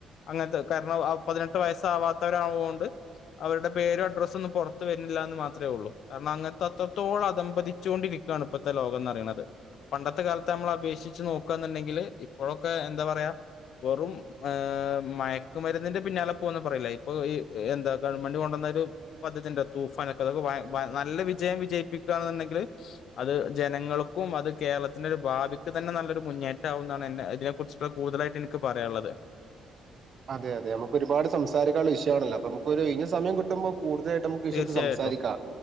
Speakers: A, on the left (about 70°); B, on the right (about 50°).
A: അങ്ങനത്തെ കാരണം പതിനെട്ട് വയസ്സാവാത്തവരുകൊണ്ട് അവരുടെ പേരോ അഡ്‌റസോ ഒന്നും പുറത്ത് വരുന്നില്ല എന്ന് മാത്രമേ ഉള്ളൂ കാരണം അങ്ങനത്തെ അത്രത്തോളം അതമ്പതിച്ചുകൊണ്ടിരിക്കുവയാണ് ഇപ്പത്തേ ലോകംന്ന്റയണുന്നത് പണ്ടത്തെ കാലത്ത് നമ്മൾ അപേക്ഷിച്ച് നോക്ക എന്നുണ്ടെങ്കില് ഇപ്പോഴൊക്കെ എന്താ പറയാ വെറും ആ മയക്കുമരുന്നിന്റെ പിന്നാലെ പോന്ന് പറയില്ല ഇപ്പൊ ഈ എന്താ ഗവൺമെൻ്റ് കൊണ്ടന്നാ പദ്ധതി തൂഫൻക്കെ അതക്കെ നല്ല വിജയം വിജയിപ്പിക്കുകയാണ്ടെങ്കിൽ അത് ജന നങ്ങൾക്കും അത് കേരളത്തിന്റെ ഒരു ഭാവിക്ക് തന്നെ നല്ലൊരു മുന്നേറ്റമാവു എന്നാണ് എന്നെ ഇതിനെ കുറിച്ചുള്ള കൂടുതലായിട്ട് എനിക്ക് പ റയാനുള്ളത്
B: അതെ അതെ നമുക്ക് ഒരുപാട് സംസാരിക്കാനുള്ള വിഷയ ആണല്ലോ അപ്പൊനമുക്ക് സമയം കിട്ടുമ്പോ കൂടുതലായിട്ട് നമുക്ക് വിശയത്ത്
A: തീർച്ചയായിട്ടും
B: സംസാരിക്കാം